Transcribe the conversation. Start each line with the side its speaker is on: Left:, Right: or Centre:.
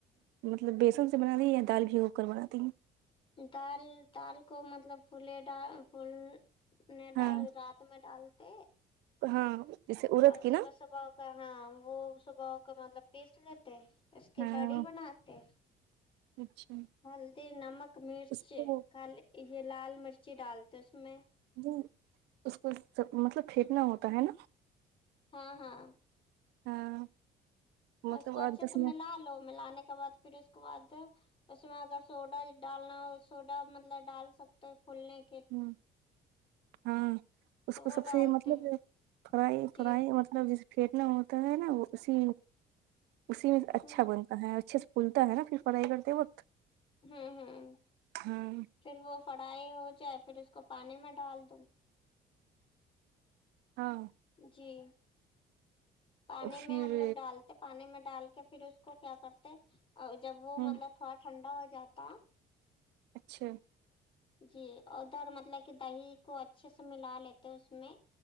Right: مطلب بیسن سے بنالی یا دال بھگو کر بناتی ہیں
Left: دال دال کو مطلب فولے ڈال فول نے ڈال
Right: ہاں
Left: رات میں ڈالتے
Right: ہاں جیسے ارد
Left: اور
Right: کی
Left: صبح
Right: نا
Left: صبح کا ہاں وہ صبح کا مطلب ٹیسٹی رہتے ہے اس کی
Right: ہاں
Left: بڑی بناتے
Right: اچھا
Left: ہلدی نمک مرچ
Right: اس کو
Left: کالیک یے لال مرچی ڈالتے اس میں
Right: جی اس کو مطلب پھیٹنا ہوتا ہے نا
Left: ہاں ہاں
Right: ہاں مطلب
Left: اس کو اچھے
Right: آٹھ دس
Left: سے
Right: منٹ
Left: ملالو ملانے کے بعد فیر اس کے بعد اس میں اگر سوڈا ڈالنا ہو سوڈا مطلب ڈال سکتے ہے فولنے
Right: آمم ہاں اس
Left: تو
Right: کو
Left: وہ
Right: سب سے
Left: ڈالتے
Right: مطلب
Left: ہیں
Right: فرائی
Left: جی
Right: فرائی مطلب مطلب جسے پھیٹنا ہوتا ہے نا وہ اسی اسی میں اچھا
Left: ہوں
Right: بنتا ہے اچھے سے پھلتا ہے نا پھر فرائی کرتے وقت
Left: ہوں ہوں
Right: ہمم
Left: پھر وہ فڑائی ہو جائے پھر اس کو پانی میں ڈال دوں
Right: ہاں
Left: جی پانی
Right: پھر
Left: میں ہم لوگ ڈالتے پانی میں ڈال کے فیر اس کو کیا کرتے جب وہ
Right: ہ
Left: مطلب تھوڑا ٹھنڈا ہو جاتا
Right: اچھا
Left: جی ادھر مطلب کی دہی کو اچھے سے ملا لیتے اس میں